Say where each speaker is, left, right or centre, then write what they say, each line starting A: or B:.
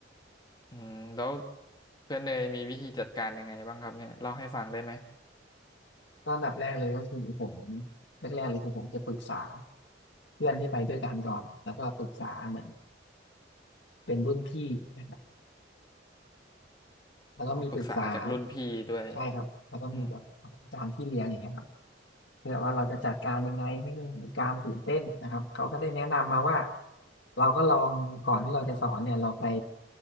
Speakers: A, on the left; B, on the left.
A: อืมแล้วเพื่อนเนยมีวิธีจัดการยังไงบ้างครับเนี่ยเล่าให้ฟังได้ไหม
B: ก็อันดับแรกเลยก็คือผมแรกๆเลยคือผมจะปรึกษาเพื่อนที่ไปด้วยกันก่อนแล้วก็ปรึกษาเหมือนเป็นรุ่นพี่นะครับแล้วก็มีปรึกษา
A: เอาปรึกษาจากรุ่นพี่ด้วย
B: ใช่ครับแล้วก็มีแบบอาจารย์พี่เลี้ยงอย่างเงี้ยครับ
A: อืม
B: เพื่อว่าเราจะจัดการยังไงให้ไมมีการตื่นเต้นนะครับเขาก็ได้แนะนำมาว่าเราก็ลองก่อนที่เราจะสอนเนี่ยเราไป